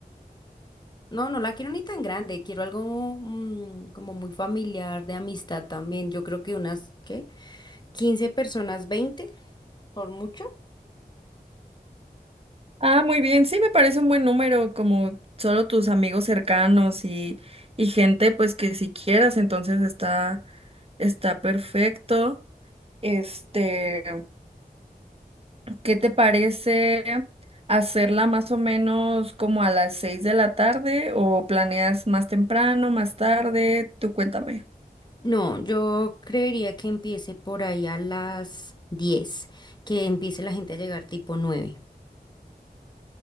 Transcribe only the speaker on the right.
Ah, muy bien, sí me parece un buen número, como solo tus amigos cercanos y, y gente pues que si quieras, entonces está, está perfecto. Este, ¿qué te parece hacerla más o menos como a las seis de la tarde o planeas más temprano, más tarde? Tú cuéntame.